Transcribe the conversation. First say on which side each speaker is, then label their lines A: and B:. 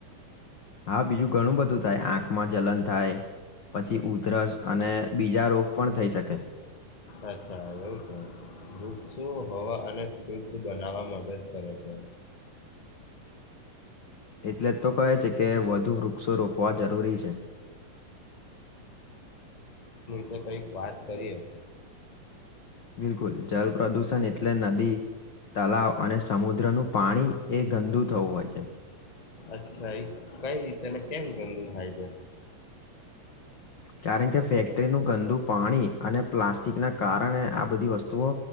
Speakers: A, on the left; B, on the left.
A: હા, બીજું ઘણું બધું થાય, આંખમાં જલન થાય, પછી, ઉધરસ અને બીજા રોગ પણ થઈ શકે.
B: અચ્છા, એવું છે વૃક્ષો હવા અને શુદ્ધ બનાવવા મદદ કરે છે. <inaudible>
A: એટલે જ તો કહે છે કે, વધુ વૃક્ષો રોપવા જરૂરી છે.
B: કંઈક વાત કરીએ?
A: બિલકુલ, જલ પ્ર્રદૂષણ એટલે નદી તલાવ અને સમુદ્રનું પાણી એ ગંદુ થવું હોય છે.
B: અચ્છા એ કઈ રીતેને કેમ ગંદુ થાય છે?
A: કારણ કે ફેક્ટરીનું ગંદુ પાણી અને પ્લાસ્ટિકના કારણે આ બધી વસ્તુઓ